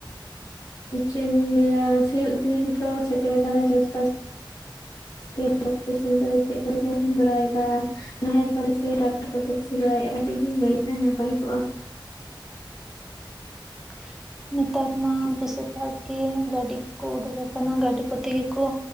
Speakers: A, on the left (about 50°); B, in the centre.
A: ᱪᱮᱫ ᱞᱤᱧ ᱞᱟᱹᱭᱟ ᱥᱤᱭᱳᱜ ᱫᱤᱱ ᱠᱚ ᱥᱮᱴᱮᱨ ᱟᱠᱟᱱᱟ ᱪᱟᱥ ᱵᱟᱥ ᱥᱮ ᱪᱮᱫ ᱠᱚᱯᱮ ᱤᱥᱤᱱ ᱵᱟᱲᱟᱭᱮᱫᱟ᱾ ᱱᱟᱦᱮᱞ ᱠᱚᱛᱮ ᱥᱮ ᱴᱮᱠᱴᱟᱨ ᱠᱚ ᱛᱮ ᱥᱤ ᱵᱟᱲᱟᱭ ᱫᱟ ᱠᱟᱴᱤᱡ ᱵᱤᱱ ᱞᱟᱹᱭ ᱠᱷᱟᱱ ᱱᱟᱯᱟᱭ ᱠᱚᱜᱼᱟ᱾
B: <inaudible> ᱱᱮᱛᱟᱨ ᱢᱟ ᱵᱮᱥᱤᱨ ᱵᱷᱟᱜᱽ ᱜᱮ ᱜᱟᱹᱰᱤ ᱠᱚ ᱩᱰᱩᱠ ᱟᱠᱟᱱᱟ ᱜᱟᱹᱰᱤ ᱠᱚᱛᱮ ᱜᱮ ᱠᱚ